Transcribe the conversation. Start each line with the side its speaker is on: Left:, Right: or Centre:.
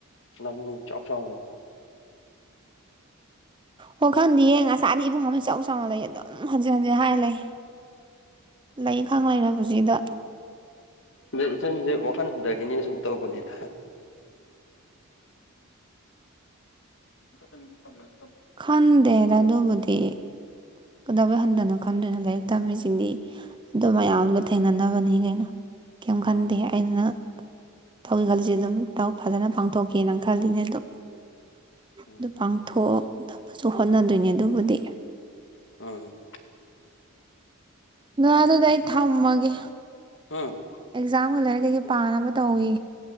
Left: ꯅꯕꯨꯡ ꯏꯆꯥꯎ ꯆꯥꯎ ꯂꯩ
Right: ꯑꯣ ꯈꯪꯗꯦꯌꯦ ꯉꯁꯥꯗꯤ ꯏꯕꯨꯡ ꯑꯃ ꯏ ꯆꯥꯎ ꯆꯥꯎꯅ ꯂꯩ ꯑꯗꯨꯝ ꯍꯟꯖꯤꯟ ꯍꯟꯖꯤꯟ ꯍꯥꯏꯔ ꯂꯩ ꯂꯩ ꯈꯪ ꯂꯩꯅ ꯄꯨꯁꯤꯗ
Left: ꯑꯗ ꯏꯆꯟꯁꯦ ꯋꯥꯈꯜ ꯍꯟꯊꯒꯤꯅꯤ ꯁꯨꯝ ꯇꯧꯕꯅꯤꯗ ꯎꯝ ꯎꯝ
Right: ꯈꯟꯗꯦ ꯔ ꯑꯗꯨꯕꯨꯗꯤ ꯀꯗꯕ ꯍꯟꯗꯅ
Left: ꯎꯝ
Right: ꯈꯟꯗꯅ ꯂꯩ ꯂꯥꯏꯔꯤꯛ ꯇꯝꯃꯤꯁꯤꯡꯗꯤ ꯑꯗꯨ ꯃꯌꯥꯝꯗꯣ ꯊꯦꯡꯅꯅꯕꯅꯤ ꯀꯩꯅꯣ ꯀꯩꯝ ꯈꯟꯗꯦ
Left: ꯎꯝ
Right: ꯑꯩꯅ ꯊꯧꯏ ꯈꯜꯁꯦ ꯑꯗꯨꯝ ꯐꯖꯅ ꯄꯥꯡꯊꯣꯛꯀꯦꯅ ꯈꯜꯂꯤꯅꯦ ꯑꯗꯨꯝ
Left: ꯎꯝ
Right: ꯑꯗꯨ ꯄꯥꯡꯊꯣꯛ ꯑꯗꯨ ꯍꯣꯠꯅꯗꯣꯏꯅꯦ ꯑꯗꯨꯕꯨꯗꯤ
Left: ꯎꯝ
Right: ꯅ ꯑꯗꯨꯥꯏ ꯊꯝꯃꯒ
Left: ꯎꯝ
Right: ꯑꯦꯛꯖꯥꯝꯒ ꯂꯩꯔꯦ ꯀꯩꯀꯩ ꯄꯥꯅꯕ ꯇꯧꯏ